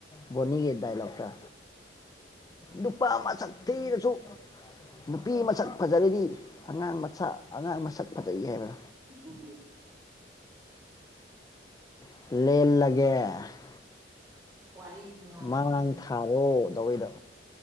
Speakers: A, on the left (about 20°); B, on the right (about 25°).
A: ꯕꯣꯅꯤꯒꯤ ꯗꯥꯏꯂꯣꯛꯇꯣ ꯅꯨꯄꯥ
B: ꯎꯝ ꯎꯝ
A: ꯃꯁꯛ
B: ꯎꯝ
A: ꯊꯤꯔꯁꯨ ꯅꯨꯄꯤ ꯃꯁꯛ ꯐꯖꯔꯗꯤ ꯑꯉꯥꯡ ꯃꯁꯥ ꯑꯉꯥꯡ ꯃꯁꯛ ꯐꯖꯩ ꯍꯥꯏꯕ
B: <unintelligible>
A: ꯂꯦꯜꯂꯒꯦ
B: ꯋꯥꯔꯤ ꯅꯨꯡꯉꯥꯏꯔ
A: ꯃꯥꯡ
B: ꯎꯝ
A: ꯊꯥꯔꯣ ꯗꯧꯋꯤꯗꯣ